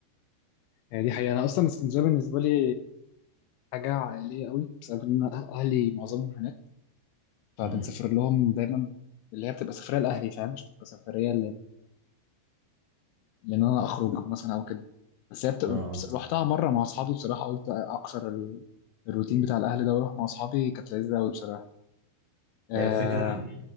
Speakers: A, on the left; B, on the right.
A: هي دي حقيقة أنا أصلا اسكندرية بالنسبة لي حاجة عائلية قوي بسبب إن أه-، أهلي معظمهم هناك فبنسافر
B: امم
A: لهم دايما اللي هي بتبقى سفرية لأهلي فاهم مش بتبقى سفرية لان انا اخرج مثلا او كده بس هي بتبقى
B: اه آه.
A: بس- رحتها مره مع اصحابي بصراحه قلت اكسر ال- الروتين بتاع الاهل ده واروح مع اصحابي كانت لذيذه قوي بصراحه آه
B: هي الفكرة